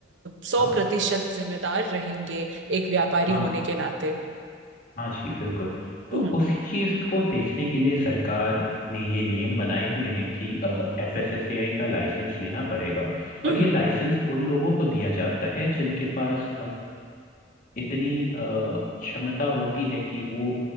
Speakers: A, on the right (about 80°); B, on the left (about 45°).
A: सौ
B: हाँ
A: प्रतिशत जिम्मेदार रहेंगे एक व्यापारी
B: हाँ
A: होने के नाते
B: हाँ जी बिल्कुल तो
A: हम्म
B: उसी चीज को देखने के लिए सरकार ने ये नियम बनाए हुए हैं कि F S S A I का लाइसेंस लेना पड़ेगा
A: हम्म
B: और ये लाइसेंस उन लोगों को दिया जाता है जिनके पास इतनी अ, क्षमता होती है कि वो